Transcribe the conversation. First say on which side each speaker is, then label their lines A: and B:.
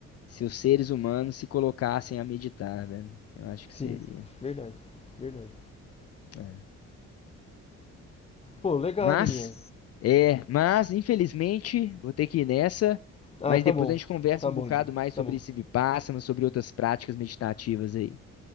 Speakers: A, on the left; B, on the left.
A: Se os seres humanos se colocassem a meditar, velho. Eu acho que
B: Sim,
A: seria.
B: verdade, verdade.
A: É.
B: Pô, legal,
A: Mas,
B: Daniel.
A: é, mas, infelizmente, vou ter que ir nessa.
B: Ah,
A: Mas
B: tá
A: depois
B: bom,
A: a gente conversa
B: tá
A: um
B: bom
A: bocado
B: então,
A: mais sobre
B: tá bom.
A: esse Vipassana, sobre outras práticas meditativas aí.